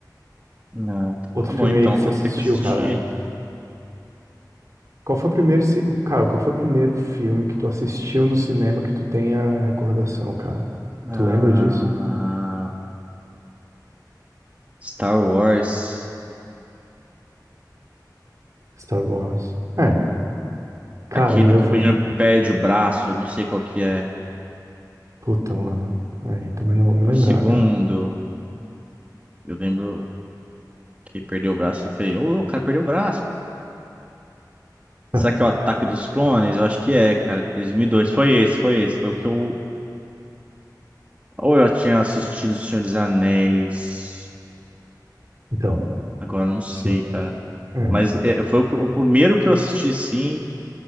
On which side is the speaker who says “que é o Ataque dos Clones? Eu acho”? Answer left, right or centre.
Right